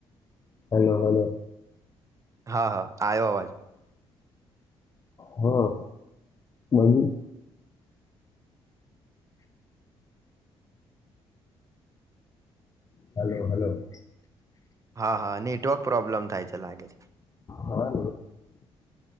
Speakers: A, on the left; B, on the right.
A: Hello hello.
B: હા હા આયો અવાજ.
A: હા ન. Hello hello.
B: હા હા નેટવર્ક પ્રોબ્લેમ થાય છે લાગે છે.
A: હા